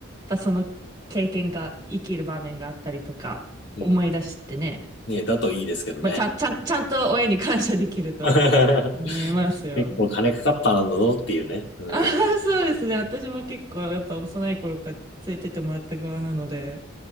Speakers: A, on the right (about 20°); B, on the left (about 55°).
A: たその経験が生きる場面があったりとか、
B: うん。
A: 思い出してね、
B: ね、だといいですけどね。
A: まあ、ちゃん、ちゃん、ちゃんと親に感謝できると
B: <laughs>
A: 思いますよ。
B: 結構金かかったんだぞっていうね。うん。
A: ああ、そうですね。私も結構やっぱ幼い頃から連れてってもらった側なので、